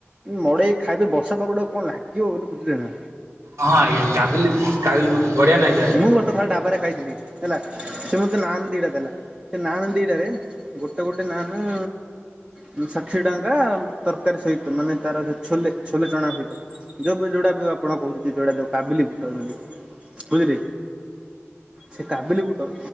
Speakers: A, on the right (about 20°); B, on the right (about 80°).
A: ମଡେଇକି ଖାଇବେ ବର୍ଷା ପାଗ ଟାକୁ କଣ ଲାଗିବ ବୋଲି ବୁଝିଲେ ନା।
B: ହଁ ଆଜ୍ଞା କାବିଲି କାବିଲି ବୁଟ ବଢିଆ ନାଗ
A: ମୁଁ ଗତ ଥର ଢାବାରେ ଖାଇଥିଲି ହେଲା, ସେ ମୋତେ ନାନ୍ ଦିଟା ଦେଲା, ସେ ନାନ୍ ଦିଟା ରେ ଗୋଟେ ଗୋଟେ ନାନ ଉଁ, ଷାଠିଏ ଟଙ୍କା ତରକାରୀ ସହିତ ମାନେ ତାର ସେ ଛୋଲେ ଛୋଲେ ଚଣା ସହିତ। ଯୋଉ ଯୋଉଟା ବି ଆପଣ କହୁଛନ୍ତି ଯୋଉଟା ଯୋଉ କାବିଲି ବୁଟ ବୋଲି। ବୁଝିଲେ, ସେ କାବିଲି ବୁଟ